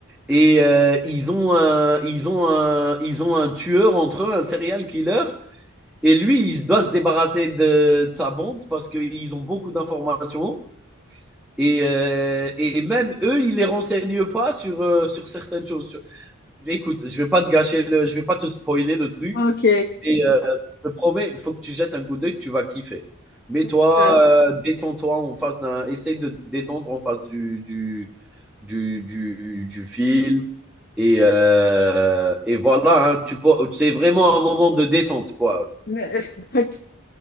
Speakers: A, in the centre; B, on the left.
A: et euh, ils ont un, ils ont un, ils ont un tueur entre eux, un serial killer. Et lui, il doit se débarrasser de, de sa bande parce qu'ils ont beaucoup d'informations. Et, euh, et même eux, ils les renseignent pas sur, euh, sur certaines choses. Sur- Écoute, je vais pas te gâcher le, je vais pas te spoiler le truc,
B: Ok,
A: mais euh, je te promets, il faut que tu jettes un coup d'œil, tu vas kiffer. Mets-toi,
B: <laughs> ça.
A: euh, détends-toi en face d'un. Essaye de te détendre en face du, du, du, du, du film. Et, euh, et voilà, hein, tu peux- c'est vraiment un moment de détente, quoi.
B: <laughs>